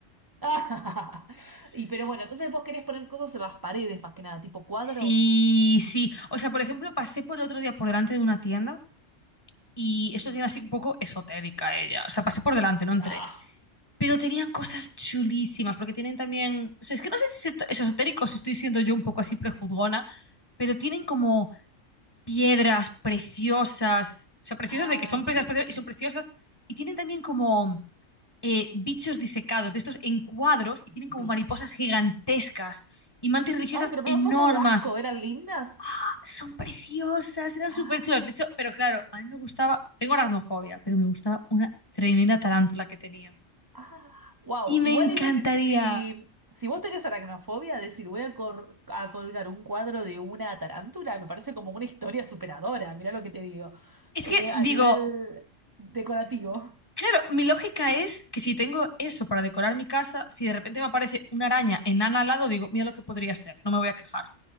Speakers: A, on the right; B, on the left.
A: Ah, <laughs> Y pero bueno, entonces vos querés poner cosas en las paredes más que nada, tipo cuadros.
B: Sí, sí. O sea, por ejemplo, pasé por el otro día por delante de una tienda y
A: Ujú.
B: es una tienda así un poco esotérica ella. O sea, pasé por delante, no entré.
A: Ah,
B: Pero tenían cosas chulísimas, porque tienen también. O sea, es que no sé si es esotérico, si estoy siendo yo un poco así prejuzgona, pero tienen como piedras preciosas. O sea, preciosas
A: ay,
B: de que son preciosas,
A: qué
B: preciosas
A: sí.
B: y son preciosas. Y tienen también como eh, bichos disecados, de estos en cuadros, y tienen como
A: Bichos.
B: mariposas gigantescas y mantis religiosas
A: Ay, pero me
B: enormes.
A: da un poco de asco, eran lindas.
B: ¡Ah! Son preciosas, eran
A: Ay,
B: súper chulas. De hecho, pero claro, a mí me gustaba. Tengo aracnofobia, pero me gustaba una tremenda tarántula que tenían.
A: ah. Wow,
B: Y me
A: igual
B: encantaría.
A: eso si, si, si vos tenés aracnofobia, decir voy a, cor- a colgar un cuadro de una tarántula, me parece como una historia superadora, mirá lo que te digo,
B: Es
A: Eh,
B: que
A: a
B: digo,
A: nivel decorativo.
B: claro, mi lógica es que si tengo eso para decorar mi casa, si de repente me aparece una araña enana al lado, digo, mira lo que podría ser, no me voy a quejar.